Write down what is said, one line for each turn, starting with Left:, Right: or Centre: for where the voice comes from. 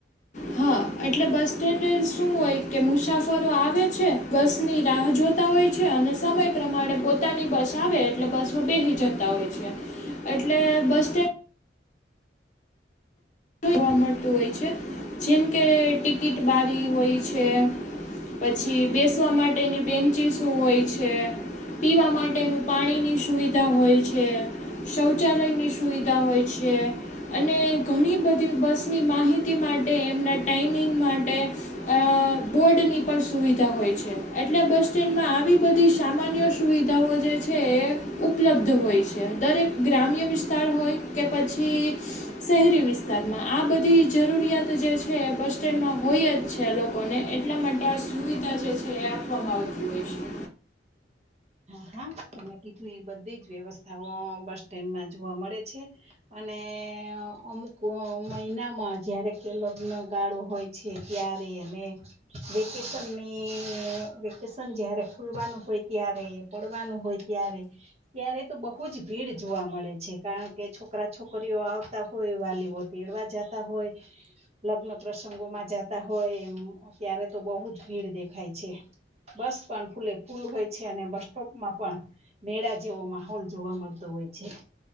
Left: હા એટલે બસ સ્ટેન્ડ શું હોય કે મુસાફરો આવે છે, બસની રાહ જોતા હોય છે. અને સમય પ્રમાણે પોતાની બસ આવે એટલે બસમાં બેહી જતા હોય છે. એટલે બસ સ્ટેન્ડ જોવા મળતું હોય છે, જેમ કે ટિકિટ બારી હોય છે. પછી બેસવા માટેની બેન્ચીસું હોય છે. પીવા માટેનું પાણીની સુવિધા હોય છે, શૌચાલયની સુવિધા હોય છે. છે, અને ઘણી બધી બસની માહિતી માટે એમના ટાઈમિંગ માટે અ બોર્ડની પણ સુવિધા હોય છે, એટલે બસ સ્ટેન્ડમાં આવી બધી સામાન્ય સુવિ ધાઓ જે છે એ ઉપલબ્ધ હોય છે, દરેક ગ્રામ્ય વિસ્તાર હોય કે પછી શહેરી વિસ્ તારમાં આ બધી જરૂરિયાત જે છે, બસ સ્ટેન્ડમાં હોય જ છે, લોકોને એટલા માટે આ સુવિધા જે છે, એ આપવામાં આવતી હોય છે.
Right: હા. હા તમે કીધું એ બધી જ વ્યવસ્થાઓ બસ સ્ટેન્ડમાં જોવા મળે છે, અને અમુક મહિનામાં જયારે કે લગ્ન ગાળો હોય છે, ત્યારે અને વેકેશનની વેકેશન જ્યારે ખુલવાનું હોય ત્યારે પડવાનું હોય ત્યારે ત્યારે તો બહુ જ ભીડ જોવા મળે છે, કારણ કે છોકરા છોકરીઓ આવતા હોય. વાલીઓ તેડવા જતા હોય લગ્ન પ્રસંગોમાં જતા હોય એ અત્યારે તો બહુ જ ભીડ દેખાય છે, બસ પણ ફૂલે ફૂલ હોય છે, અને બસ સ્ટોપમાં પણ મેળા જેવો માહોલ જોવા મળતો હોય છે.